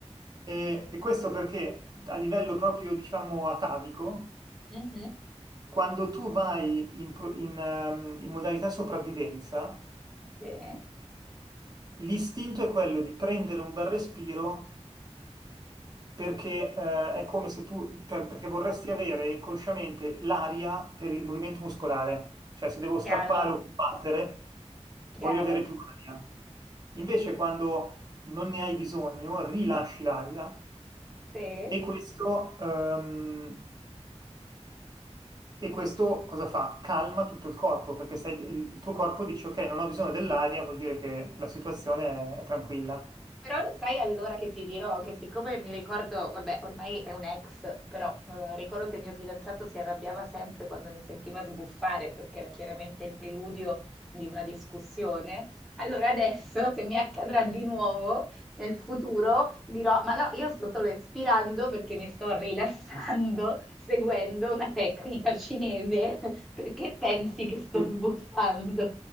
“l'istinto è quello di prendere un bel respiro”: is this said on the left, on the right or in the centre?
Right